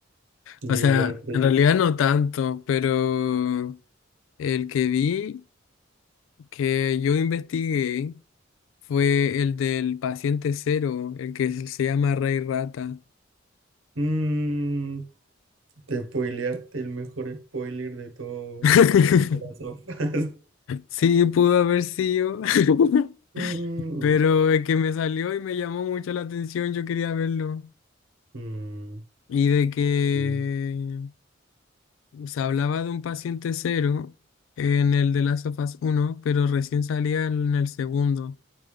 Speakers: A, on the right (about 85°); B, on the left (about 75°).
A: yo
B: O sea,
A: igual, pues,
B: en realidad no tanto, pero el que vi, que yo investigué, fue el del paciente cero, el que se se llama Rey Rata.
A: Mm, te spoileaste el mejor spoiler de todo
B: <laughs>
A: las sofás. <laughs>
B: Sí, pudo haber sido, <laughs>
A: Mm,
B: pero es que me salió y me llamó mucho la atención, yo quería verlo.
A: mm,
B: Y de que
A: sí,
B: se hablaba de un paciente cero en el de Last of Us 1, pero recién salía en el segundo.